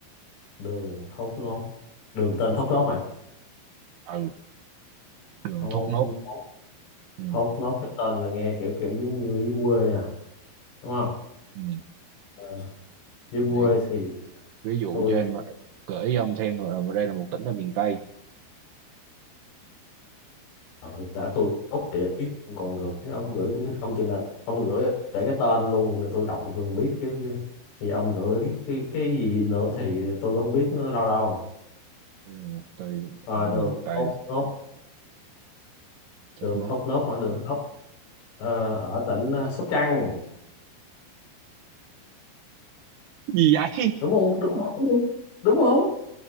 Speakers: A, on the left (about 80°); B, on the right (about 70°).
A: đường thốt nốt đường tên thốt nốt mà
B: ừ đường
A: thốt
B: thốt nốt
A: nốt
B: ừ,
A: thốt nốt cái tên là nghe kiểu kiểu giống như dưới quê à đúng không
B: ừ.
A: Ờ, dưới
B: để
A: quê thì
B: ví dụ
A: tôi
B: cho em gửi ông thêm là đây là một tỉnh ở miền Tây
A: Ờ, đã tôi tốt địa ý còn gửi ông gửi cũng biết không chừng nào ông gửi để cái tên luôn tôi đọc tôi không biết chứ thì ông gửi cái, cái gì nữa thì tôi không biết nữa đâu đâu
B: Đây là một tỉnh
A: Ờ,
B: ở
A: đường
B: miền Tây
A: thốt nốt
B: thốt
A: đường
B: nốt
A: thốt nốt hả đường thốt nốt ờ, ở tỉnh ờ, Sóc Trăng
B: gì vậy
A: đúng không đúng không đúng không